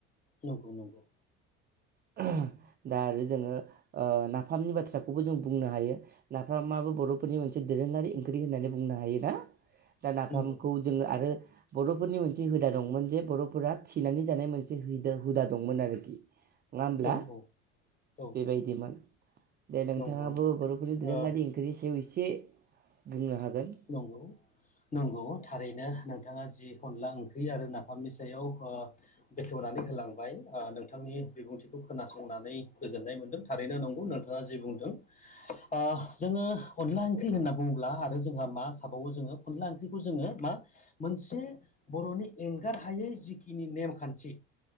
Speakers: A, on the left (about 25°); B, on the right (about 30°).
A: नंगौ नंगौ।
B: <unintelligible> दा आरो जोङो ओ नाफामनि बाथ्राखौबो जों बुंनो हायो। नाफामाबो बर'फोरनि मोनसे दोरोङारि ओंख्रि होननानै बुंनो हायोना दा नाफामखौ
A: नंगौ
B: जोङो आरो बर'फोरनि मोनसे हुदा दंमोन जे बर'फोरा थिनानै जानाय मोनसे हैदा हुदा दंमोन आरोखि नङा होमब्ला
A: औ औ औ
B: बेबायदिमोन दे नोंथाङाबो
A: नंगौ नंगौ
B: बर'फोरनि दोरोङारि
A: ओ
B: ख्रिनि सायाव एसे बुंनो हागोन
A: नंगौ नंगौ थारैनो नोंथाङा जि अनला ओंख्रि आरो नाफामनि सायाव ओ बेखेवनानै होलांबाय ओ नोंथांनि बिबुंथिखौ खोनासंनानै गोजोननाय मोनदों थारैनो नंगौ नोंथाङा जि बुंदों ओ जोङो अनला ओंख्रि होनना बुङोब्ला आरो जोंहा मा थाबावो अनला ओंख्रिखौ जोङो मा मोनसे बर'नि एं गारहायै जिखिनि नेमखान्थि